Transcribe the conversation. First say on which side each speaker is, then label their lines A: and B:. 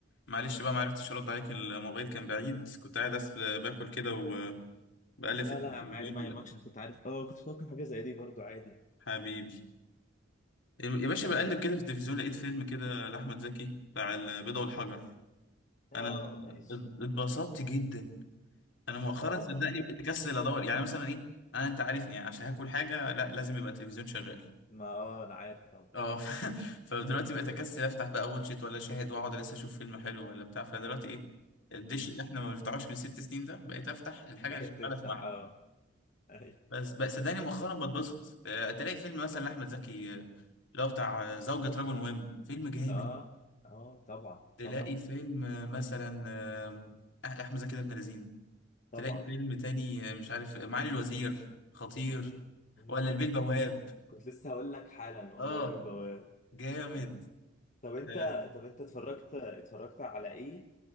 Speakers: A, on the left; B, on the left.
A: معلش بقى ما عرفتش ارد عليك الموبايل كان بعيد كنت قاعد أس- باكل كده وبقلب
B: لا
A: في التلفزيون
B: لا يا عم عادي ما
A: لا،
B: يهمكش أنا كنت عارف اه كنت متوقع حاجة زي دي برضو عادي
A: حبيبي يا باشا بقلب كده في التلفزيون لقيت فيلم كده لاحمد زكي بتاع البيضة والحجر
B: اه
A: انا
B: ماشي
A: اتبسطت جدا انا مؤخرا
B: اه
A: صدقني
B: ما ما
A: بقيت اكسل ادور يعني مثلا ايه انا انت عارفني يعني عشان هاكل حاجه لا لازم يبقى التلفزيون شغال
B: ما اه أنا عارف طبعا
A: اه <laughs> ف- فدلوقتي بقيت اكسل افتح بقى واتشيت ولا شاهد واقعد لسه اشوف فيلم حلو ولا بتاع فدلوقتي ايه الدش
B: امم
A: اللي احنا ما بنفتحوش من ست سنين ده بقيت افتح الحاجه
B: ما
A: اللي
B: هي
A: شغاله
B: تفتح
A: اسمعها
B: اه أيوة.
A: بس بس صدقني مؤخرا بتبسط آه، تلاقي فيلم مثلا لأحمد زكي آه، اللي هو بتاع آه، زوجة رجل مهم فيلم جامد
B: اه اه طبعا
A: تلاقي
B: طبعا
A: فيلم آه، مثلا آه، أح- أحمد زكي ده ابن لذينه
B: طبعا
A: تلاقي فيلم تاني آه، مش عارف آه، معالي الوزير خطير
B: امم أمم،
A: ولا البيه
B: أمم،
A: البواب
B: أمم. كنت لسه هقول لك حالا والله
A: اه
B: بجواب
A: جامد
B: امم طب انت
A: آه،
B: طب انت اتفرجت اتفرجت على ايه